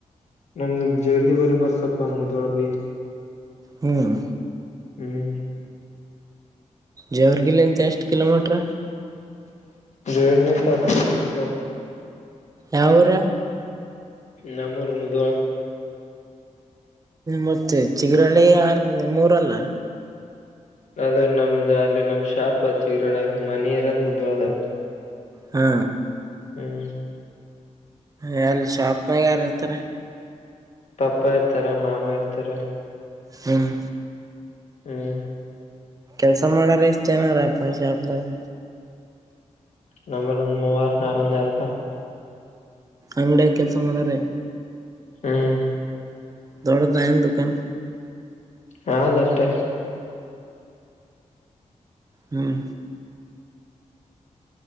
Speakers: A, on the left; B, on the right.
A: ನಮ್ದ ಜೇವರಿಗೆ ಬ ಬರತಪ್ಪ ಮುದ್ವಾಳ ಬಿ
B: ಹ್ಮ್
A: ಹ್ಮ್
B: ಜವರ್ಗಿಲ್ಲಿ ಅಂತ ಎಷ್ಟು ಕಿಲೋಮೀಟ್ರ
A: ಜವರಿಗಿಂತ ಹತ್ತು ಕಿಲೋಮಿಟರ್
B: ಯಾವೂರ.
A: ನಮ್ಮರ್ ಮುಧೋಳ
B: ಮತ್ತೆ ಚಿಗರುಹಳ್ಳಿ ಆರ್ ನಿಮ್ಮೂರಲ್ಲ.
A: ಅದು ನಮ್ದು ಅಲ್ಲಿ ನಮ್ ಶಾಪ್ ಹ ಚಿಗ ಮನೆ ಇರೋದ್ ಮುದ್ಳ್ ದಲ್ಲಿ.
B: ಹಾ.
A: ಹ್ಮ್.
B: ಎ ಅಲ್ಲಿ ಶಾಪ್ನಾಗ ಯಾರ ಇರ್ತಾರ.
A: ಪಪ್ಪ ಇರ್ತಾರ ಮಾಮ ಇರ್ತಾರ.
B: ಹ್ಮ್.
A: ಹ್ಮ್.
B: ಕೆಲಸ ಮಾಡಾರ ಎಷ್ಟು ಜನಾರ ಅಪ್ಪ ಸ್ಯಪದಗ
A: ನಮ್ಮಲ್ಲಿ ಒಂದು ಮೂವರ ನಾಲ್ವರು ಇರುತ್ತಾರೆ.
B: ಅಂಗಡಿ ಕೆಲಸ ಮಾಡಾರೆ.
A: ಹ್ಮ್.
B: ದೊಡ್ಡದೇನು ದುಃಖಾನ
A: ಹಾ ಲಟ್ಟೆ.
B: ಹ್ಮ್.